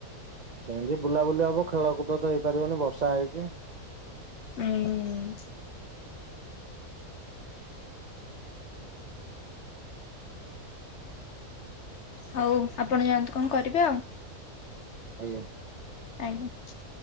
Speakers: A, on the right; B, on the left.
A: କେମିତି ବୁଲାବୁଲି ହବ ଖେଳକୁଦ ତ ହେଇପାରିବନି ବର୍ଷା ହେଇଛି।
B: ହୁଁ <unintelligible> ହଉ ଆପଣ ଯାଆନ୍ତୁ କଣ କରିବେ ଆଉ।
A: ଆଜ୍ଞା
B: ଆଜ୍ଞା